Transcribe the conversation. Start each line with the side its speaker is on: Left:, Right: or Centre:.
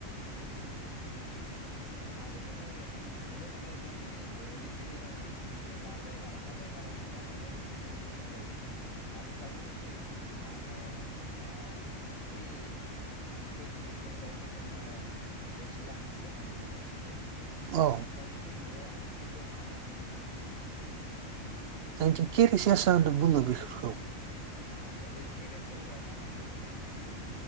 Left: औ आरो जोङो नुनो मोनो जोंनि बर'नि गेजेरावनो जेनेबा जायगा लाना जायगा रावफोरानो गुबुन गुबुन जायो दा नोंथांमोननिथिं मा होनो आ बै हांसो गिदिरजों जायखौ जोङो दसिला हांसो होननानै बुङो। दा
Right: औ
Left: नोंथांमोनथिं बे हांसोखौ मा होननानै बुङो?
Right: जोंनिथिं केेरिसे आसा होनना बुङो बेफोरखौ।
Left: औ दा बे केरेसि अवार्डआ मानिफ्राय फैनाय?